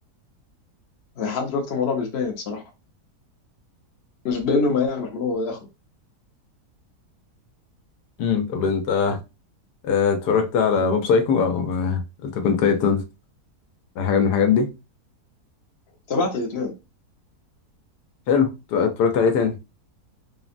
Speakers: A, on the left; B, on the left.
A: لحد دلوقتي الموضوع مش باين بصراحه مش باين انه يا محمود هو اخره
B: امم طب أنت آه، اتفرجت على موب سايكو أو آه، أنت كنت تايتن حاجة من الحاجات دي؟
A: تابعت الاثنين
B: حلو ات- اتفرجت على إيه تاني؟